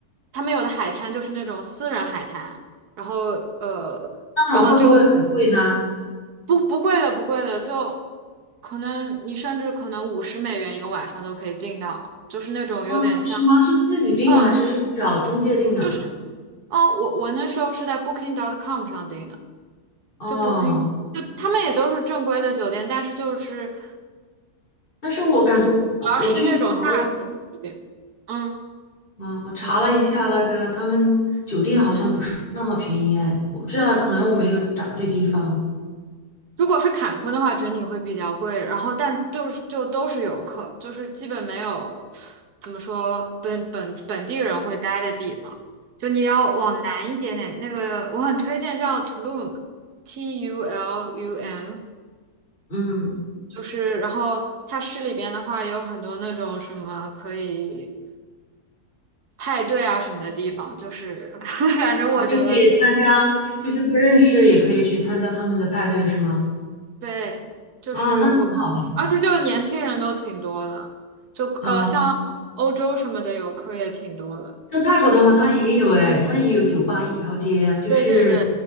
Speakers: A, on the right; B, on the left.
A: 他们有的海滩就是那种私人海滩，然后呃，
B: 那种会不会很贵呢？
A: 然后就不不贵的不贵的，就可能你甚至可能五十美元一个晚上都可以订到，就是那种有点像。
B: 啊，是吗？是自己定还是说找中介定啊？
A: 嗯。就哦，我我那时候是在 Booking.com 上订的，
B: 哦，
A: 就 Booking，就他们也都是正规的酒店，但是就是主
B: 但是我感觉我去查了一下。
A: 要是那种大型酒店。嗯，
B: 啊，我查了一下，
A: 你
B: 那个他们酒店好像不是那么便宜哎，我不知道，可能我没有找对地方。
A: 如果是坎昆的话，整体会比较贵，然后但就是就都是游客，就是基本没有怎么说本本本地人会待的地方。就你要往南一点点，那个我很推荐叫 Tulum，T U L U M，
B: 嗯，
A: 就是，然后它市里边的话有很多那种什么可以派对啊什么的地方，就是 <laughs> 反正我觉得
B: 啊，就可以参加，就是不认识也可以去参加他们的派对是吗？
A: 对，就是我，
B: 啊，那挺好的。
A: 而且就是年轻人都挺多的，就呃像欧洲什么的游客也挺多的，
B: 啊。像泰国的话，
A: 就是
B: 它也有哎，它也有酒吧一条街，就是
A: 对对对，